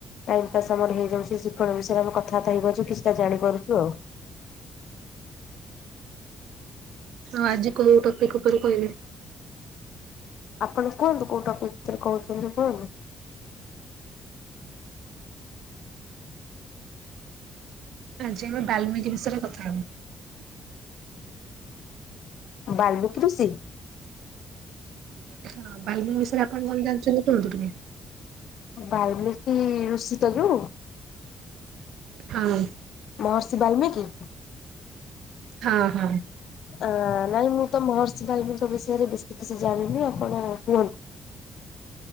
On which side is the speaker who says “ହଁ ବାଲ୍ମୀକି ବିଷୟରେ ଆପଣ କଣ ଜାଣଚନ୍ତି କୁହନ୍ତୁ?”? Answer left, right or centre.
Right